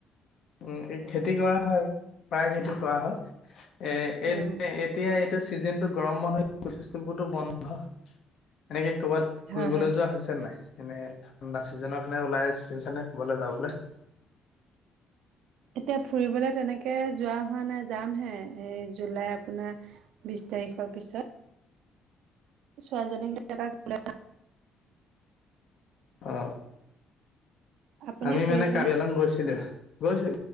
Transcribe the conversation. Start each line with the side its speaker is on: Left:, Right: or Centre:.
Left: উম এই খেতি কৰা হয় প্ৰায় খেতি কৰা হয়
Right: উম,
Left: এৰ এই এতিয়া এইটো ছিজন টো গৰম হয় স্কুলবোৰতো বন্ধ এনেকে কৰ'বাত
Right: হয়
Left: ফুৰিবলৈ
Right: হয়।
Left: যোৱা হৈছে নাই এনে ঠাণ্ডা চিজনৰ কাৰনে ওলাই আহছে নে কৰবাললৈ যাবলৈ
Right: এতিয়া ফুৰিবলে তেনেকে যোৱা হোৱা নাই যাম হে এই জুলাই আপোনাৰ বিছ তাৰিখৰ পিছত ছোৱালীজনী কাক বলে
Left: অ
Right: আপুনি
Left: আমি
Right: ফুৰিছেনে?
Left: মানে কাৰ্বি আলং গৈছিলো গৈছো